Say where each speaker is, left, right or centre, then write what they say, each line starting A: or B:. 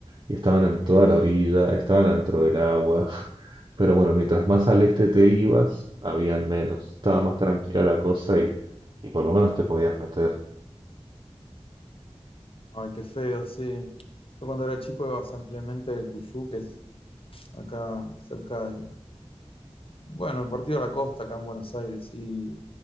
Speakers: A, on the right; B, on the left.
A: y estaban en toda la orilla, estaban dentro del agua, <laughs> pero bueno, mientras más al este te ibas, habían menos, estaba más tranquila la cosa y, y por lo menos te podías meter.
B: Ay, qué feo, sí. Yo cuando era chico iba a San Clemente del Tuyú, que es acá cerca de, bueno, el Partido de la Costa, acá en Buenos Aires, y